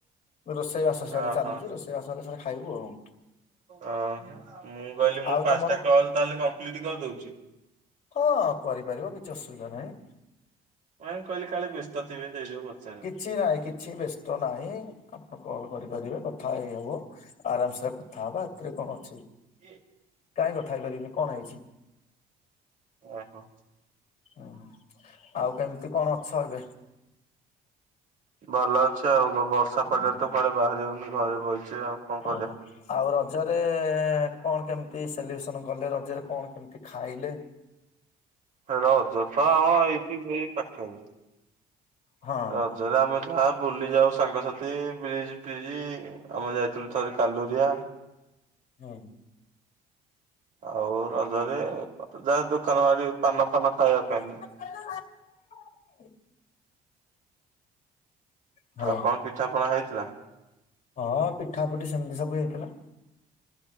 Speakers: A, on the left (about 50°); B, on the right (about 50°).
A: ରୋଷେଇ ବାସ
B: ଓହୋ।
A: ସିଆଡେ ଚାଲିଛି ରୋଷେଇ ବାସରେ ସେଠା ଖାଇବୁ ଆଉ।
B: ଅ ମୁଁ କହିଲି ମୁଁ
A: ଆଉ
B: ପାଞ୍ଚଟା
A: ତମର
B: କଲ ତାହେଲେ କମ୍ପ୍ଲିଟ କରିଦଉଛି।
A: ହଁ କରିପାରିବ କିଛି ଅସୁବିଧା ନାହିଁ।
B: ନାଇ କହିଲି କାଲି ବ୍ୟସ୍ତ ଥିବେ ସେଇଜଗୁ ପଚାରେ।
A: କିଚିନାଇ କିଛି ବ୍ୟସ୍ତ ନାହିଁ ଆପଣ କଲ୍ କରିପାରିବେ କଥା ହେଇ ହବ। ଆରାମସେ କଥା ହବା ଏଥିରେ କଣ ଅଛି।
B: ହୁଁ
A: କାଇ କଥା ହେଇ ପାରିବିନି କଣ ହେଇଛି?
B: ଓହୋ।
A: ହୁଁ ଆଉ କେମିତି କଣ ଅଛ ଏବେ?
B: ଭଲ ଅଛି ଆଉ ବର୍ଷା
A: ହୁଁ
B: ପାଗରେ
A: ହୁଁ
B: ତ କୁଆଡେ ବାହାରି ହଉନି ଘରେ ବହି ଆଉ କଣ କରି
A: ଓହୋ ଆଉ ରଜରେ କଣ କେମିତି ସେଲିବ୍ରେସନ କଲେ ରଜରେ କଣ କେମିତି ଖାଇଲେ?
B: ରଜ ତ ଆମ ହେଇଛି ସେ ପାଖରେ
A: ହଁ
B: ରଜରେ ଆମେ ଯାହା ବୁଲି ଯାଉ ସାଙ୍ଗସାଥି ବ୍ରିଜ ଫ୍ରିଜ୍ ଆମେ ଯାଇଥିଲୁ ଥରେ କାଲୁରିଆ
A: ହୁଁ।
B: ଆଉ ରଜରେ ଯାହା ଦୋକାନ ବାଡି ପାନ ଫାନ ଖାଇବା
A: <inaudible>
B: ପାଇଁ।
A: ହ୍ୟାଲୋ
B: ଆଉ କଣ ପିଠା ପଣା ହେଇଥିଲା?
A: ହଁ ପିଠା ପୁଟି ସେମିତି ସବୁ ହେଇଥିଲା।